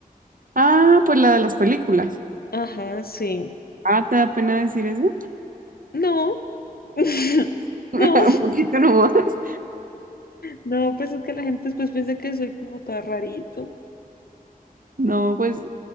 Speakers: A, on the right (about 65°); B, on the left (about 80°).
A: Ah, pues la de las películas.
B: Ajá, sí.
A: Ah, ¿te da pena decir eso?
B: No, <laughs>
A: <laughs> Un
B: no.
A: poquito nomás.
B: No, pues es que la gente después piensa que soy como toda rarito.
A: No, pues